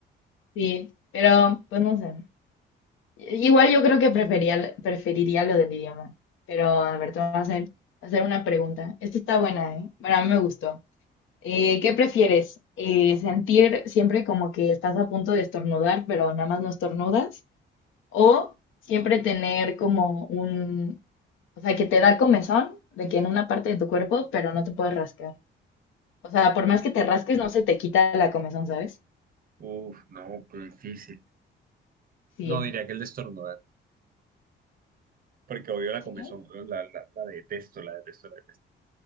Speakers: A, on the left; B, on the right.
A: sí, pero pues no sé. I- Igual yo creo que prefería, preferiría lo del idioma. Pero a ver, te voy a hacer, hacer una pregunta. Esta está buena, ¿eh? Bueno, a mí me gustó. Eh, ¿qué prefieres? Eh, ¿sentir siempre como que estás a punto de estornudar, pero nada más no estornudas? ¿O siempre tener como un, o sea, que te da comezón de que en una parte de tu cuerpo, pero no te puedes rascar? O sea, por
B: Uh,
A: más que te rasques, no se te quita la comezón, ¿sabes?
B: uf, no, qué difícil.
A: Sí.
B: No, diría que el de estornudar, porque odio la
A: ¿Sí?
B: comezón, ¿no? la, la, la detesto, la detesto, la detesto.